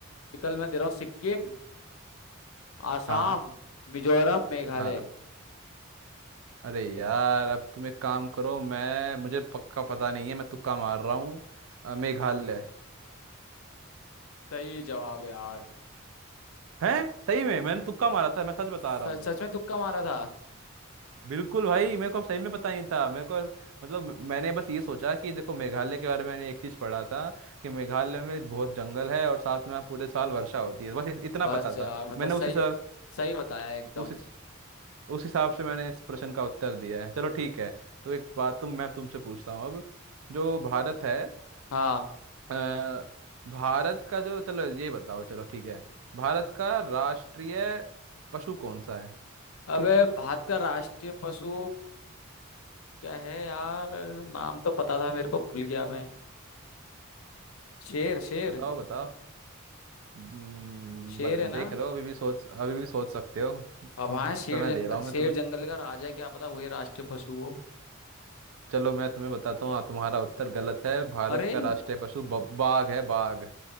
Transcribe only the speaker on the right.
हाँ
हाँ अरे यार अब तुम एक काम करो मैं मुझे पक्का पता नहीं है मैं तुक्का मार रहा हूँ अ, मेघालय
है सही में मैंने तुक्का मारा था मैं सच बता
रहा हूँ
बिल्कुल भाई मेरे को सही में पता नहीं था मेरे को मतलब मैंने बस ये सोचा कि देखो मेघालय के बारे में मैंने एक चीज़ पढ़ा था कि मेघालय में बहुत जंगल है और साथ में वहाँ पूरे साल वर्षा होती है बस इस- इतना
पता था
मैंने
उसी हिसाब
उस उस हिसाब से मैंने इस प्रश्न का उत्तर दिया है चलो ठीक है तो एक बात तुम मैं तुमसे पूछता हूँ अब जो भारत है
अ, भारत का जो चलो ये बताओ चलो ठीक है भारत का राष्ट्रीय पशु कौन सा है
बताओ बताओ हम्म,
ब-
देख लो अभी भी सोच अभी भी सोच सकते हो
समय
दे रहा हूँ
मैं तुम्हें
चलो मैं तुम्हें बताता हूँ तुम्हारा उत्तर गलत है भारत
का राष्ट्रीय पशु ब- बाघ है बाघ